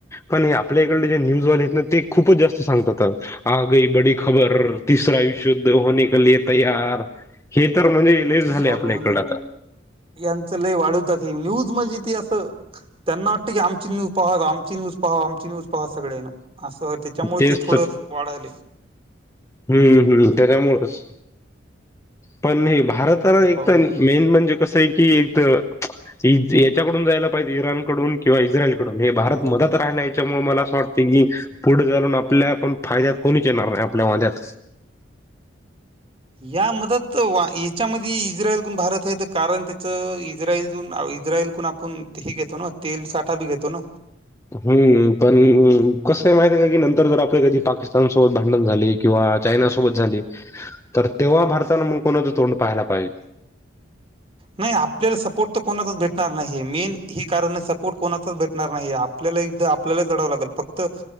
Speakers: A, on the left; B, on the right.
A: पण हे आपल्या इकडले जे न्यूजवाले आहेत ना, ते खूपच जास्त सांगतात तर. आ गयी बडी खबर! तिसरा विश्वयुद्ध होने के लिये तयार! हे तर म्हणे लईच झाले
B: हो ना
A: आपल्या
B: हो
A: इकडंल
B: नाही
A: आता.
B: यांचं लय वाढवतात हे, न्यूज म्हणजे ते असं त्यांना वाटते का आमची न्यूज पाहाव, आमची न्यूज पाहाव, आमची न्यूज पाहाव सगळ्यांन. आसंय त्याच्यामुळे
A: तेच
B: ते थोडं
A: तर
B: वाढायले.
A: हम्म हम्मी त्याच्यामुळच पण हे भारताला एकत
B: हो ना
A: मेन म्हंजे कसंय की एक की याच्याकडून जायला पाहिजे इराण कडून किंवा इस्रायल कडून, हे भारत मधात राहिला याच्यामुळे मला असं वाटतय की पुढ चालून आपल्या पण फायद्यात कोणीच येणार नाही, आपल्या मद्यात.
B: या मदत वा याच्यामध्ये इस्रायलकून भारत हाय त कारण त्याच इस्राजून इस्रायलकून आप कूण हे घेतो ना तेल साठा बी घेतो ना.
A: हम्म पण अ कसंय माहित आहे का की नंतर जर, आपल्या कधी पाकिस्तान सोबत भांडण झाले किंवा चायनासोबत झाली तर, तेव्हा भारतानं मग कोणाचं तोंड पाहायला पाहिजे?
B: नाही आपल्याल सपोर्ट त कोणाचाच भेटणार नाही, मेन हे कारण आहे सपोर्ट कोणाचाच भेटणार नाही ये. पल्याला एकदा आपल्याला कळाव लागल फक्त